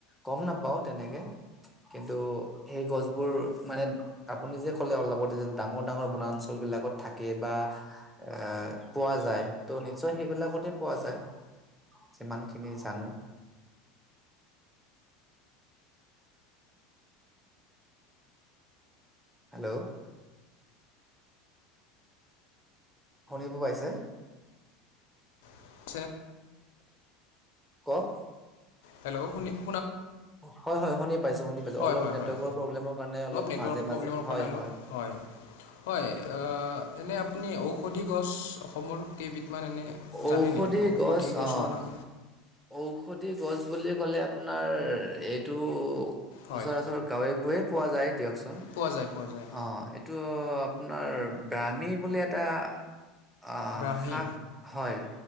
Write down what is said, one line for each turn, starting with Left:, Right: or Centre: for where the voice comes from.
Centre: গম নাপাও তেনেকে। কিন্তু, সেই গছবোৰ মানে আপুনি যে ক'লে অলপত- ডাঙৰ ডাঙৰ বনাঞ্চল বিলাকত থাকে বা এ পোৱা যায় টৌ নিশ্চয় সেই- বিলাকতে পোৱা যায়। যিমান খিনি জানো।
Left: <inaudible>
Centre: হেল্ল। শুনিব পাইছে।
Left: <unintelligible>
Centre: কক।
Left: হেল্লৌ শুনিছে।
Centre: হয় হয় শুনি পাইছো, শুনি পাইছো
Left: হয়
Centre: অলপ
Left: হয়
Centre: নেটৱৰ্কৰ
Left: হয়
Centre: প্ৰব্লেমৰ কাৰণে অলপ
Left: নেটৱৰ্ক
Centre: মাজে
Left: প্ৰব্লেমৰ
Centre: মাজে হয়
Left: কাৰণে অলপ
Centre: হয়।
Left: হয়, হয় এনে আপুনি ঔষধি গছ- অসমৰ কেইবিধমান এনে জানে
Centre: ঔষধি
Left: নেকি ঔষধি,
Centre: গছ
Left: গছৰ
Centre: অ
Left: নাম।
Centre: ঔষধি গছ বুলি ক'লে আপোনাৰ এইটো-
Left: হয়
Centre: সচৰাচৰ গাঁৱেবোৰে পোৱা যায় দিয়কচোন
Left: পোৱা যায় পোৱা যায়
Centre: অ এইটো- আপোনাৰ ব্ৰামি, বুলি এটা- আহ
Left: ব্ৰাহ্মী
Centre: শাক, হয়।